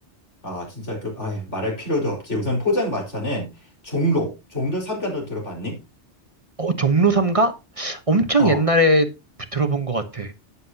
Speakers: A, on the left; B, on the right.
A: 아, 진짜 그, 아 말할 필요도 없지. 우선 포장마차는 종로, 종로 삼가 너 들어봤니?
B: 어, 종로 삼가 엄청
A: 어,
B: 옛날에 들어본 것 같아.